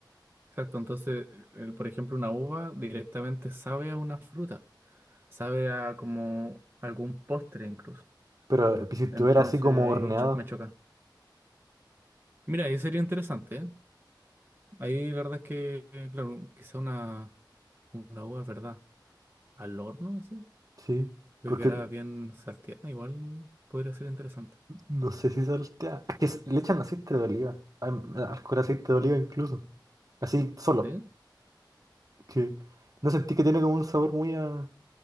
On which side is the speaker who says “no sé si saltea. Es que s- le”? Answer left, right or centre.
Right